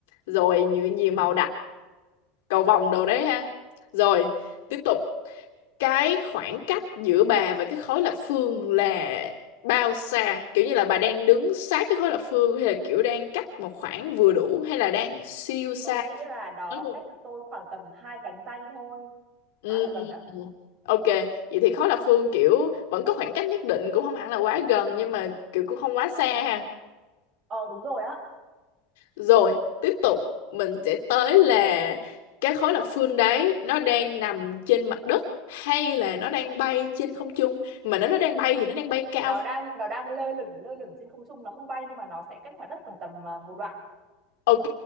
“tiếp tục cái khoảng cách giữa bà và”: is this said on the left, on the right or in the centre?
Left